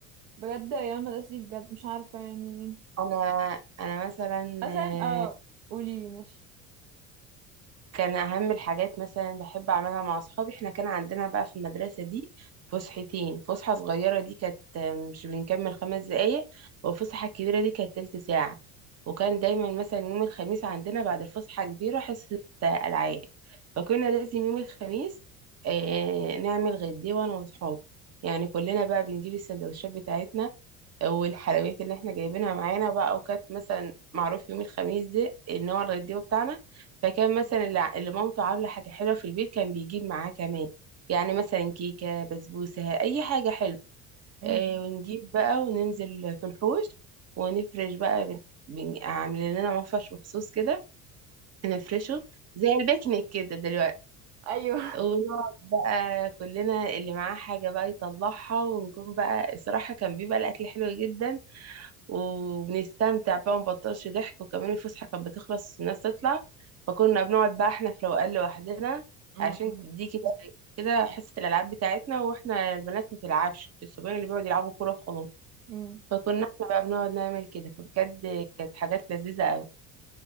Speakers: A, on the right; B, on the right.
A: بجد ايام المدرسة دي بجد مش عارفة يعني
B: انا انا مثلا
A: مثلا
B: آه،
A: اه قوليلي ماشي
B: كان أهم الحاجات مثلا بحب أعملها مع أصحابي إحنا كان عندنا بقى في المدرسة دي فسحتين فسحة صغيرة دي كانت مش بنكمل خمس دقايق والفسحة الكبيرة دي كانت تلت ساعة وكان دايما مثلا يوم الخميس عندنا بعد الفسحة الكبيرة حصة ألعاب فكنا لازم يوم الخميس آه، نعمل غدي وأنا وأصحابي يعني كلنا بقى بنجيب السندوتشات بتاعتنا والحلويات اللي احنا جايبينها معانا بقى وكانت مثلا معروف يوم الخميس ده ان هو الغديوه بتاعنا فكان مثلا اللي, ع- اللي مامته عامله حاجه حلوه في البيت كان بيجيب معاه كمان يعني مثلا كيكه بسبوسه اي حاجه حلوه
A: مم.
B: اه ونجيب بقى وننزل في الحوش ونفرش بقى بن- بن- عاملين لنا مفرش مخصوص كده نفرشه زي البيكنيك كده دلوقتي
A: ايوه
B: ونقعد بقى كلنا اللي معاه حاجة بقى يطلعها ونكون بقى الصراحة كان بيبقى الأكل حلو جدا وبنستمتع بقى ومبطلش ضحك وكمان الفسحة كانت بتخلص الناس تطلع فكنا بنقعد بقى احنا في روقان لوحدنا
A: مم.
B: عشان دي كده كده حصة الألعاب بتاعتنا واحنا البنات ما بتلعبش الصبيان اللي بيقعدوا يلعبوا كورة وخلاص
A: مم.
B: فكنا احنا بقى بنقعد نعمل كده فبجد كانت حاجات لذيذة قوي